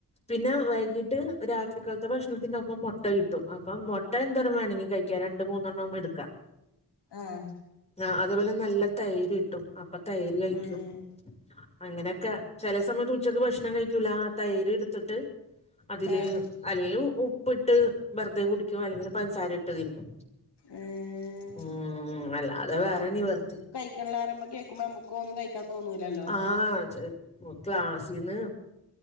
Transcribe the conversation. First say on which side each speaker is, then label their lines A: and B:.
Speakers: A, on the left; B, on the left.
A: പിന്നെ വൈകീട്ട് രാത്രികാലത്തെ ഭക്ഷണത്തിന്റെ ഒപ്പം മുട്ട കിട്ടും അപ്പം മുട്ട എന്തര വേണെങ്കിലും കഴിക്ക ക്ക രണ്ട് മൂന്നെണ്ണ ആകുമ്പോ എടുക്കാം
B: ആഹ്
A: ആഹ് അതുപോലെ നല്ല തൈര് കിട്ടും അപ്പൊ തൈര് കഴിക്കും
B: ഉം
A: അങ്ങനെയൊക്കെ ചില സമയത്ത് ഉച്ചക്ക് ഭക്ഷണം കഴിക്കൂല ആഹ് തൈര് എടുത്തിട്ട് അതില്
B: ആഹ്
A: അല്ലെങ്കിൽ ഉപ്പിട്ട് വെറുതെ കുടിക്കും അല്ലെങ്കിൽ പഞ്ചസാര ഇട്ട് കയിക്കും
B: ഉം
A: ഉം അല്ല അത വേറെ നീവർത്ത
B: റയുമ്പോ കേൾക്കുമ്പോ നമുക്ക ഒന്നും കഴിക്കാൻ തന്നൂലല്ലോ
A: ആഹ് ചെല മുത്ത്ക്ലാസിന്ന്